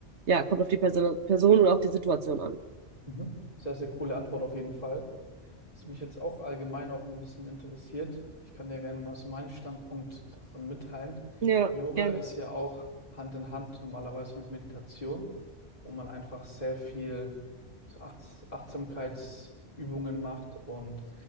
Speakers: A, on the right (about 65°); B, on the left (about 35°).
A: ja, kommt auf die Person, Person und auch die Situation an.
B: Mhm. Sehr, sehr coole Antwort auf jeden Fall. Was mich jetzt auch allgemein auch ein bisschen interessiert, ich kann dir gerne mal so meinen Standpunkt davon mitteilen.
A: Ja,
B: Yoga
A: gerne.
B: ist ja auch Hand in Hand normalerweise mit Meditation, wo man einfach sehr viel so Achts Achtsamkeitsübungen macht. Und